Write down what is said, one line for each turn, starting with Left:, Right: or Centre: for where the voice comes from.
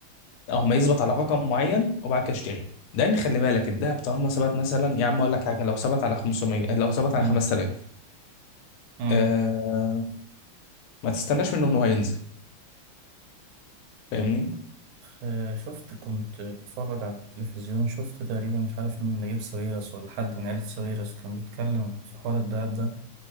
Left: او ما يثبت على رقم معين وبعد كده اشتري لان خلي بالك الدهب طالما ثبت مثلا يا عم اقول لك حاجه لو ثبت على 500 لو ثبت على
Right: مم.
Left: 5000
Right: مم.
Left: آه ما تستناش منه ان هو ينزل فاهمني
Right: آه، شفت كنت بتفرج على التلفزيون شفت تقريبا مش عارف مين نجيب ساويرس ولا حد من عيلة ساويرس كان بيتكلم في حوار الدهب ده